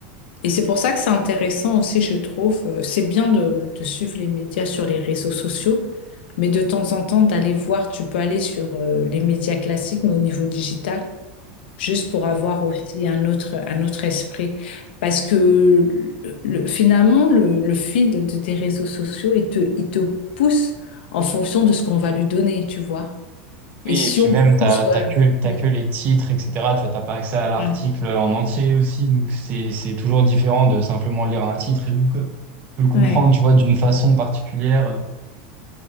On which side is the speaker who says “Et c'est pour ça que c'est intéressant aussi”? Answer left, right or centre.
Left